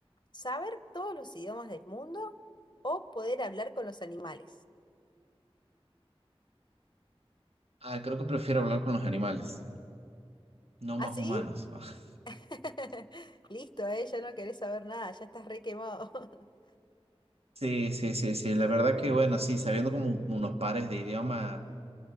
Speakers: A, on the left; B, on the right.
A: ¿Saber todos los idiomas del mundo o poder hablar con los animales?
B: Ah, creo que prefiero hablar con los animales. No
A: ¿Ah,
B: más
A: sí?
B: humanos. <laughs>
A: <laughs> Listo, eh, ya no querés saber nada, ya estás re quemado. <laughs>
B: Sí, sí, sí, sí. La verdad que, bueno, sí, sabiendo como un- unos pares de idioma,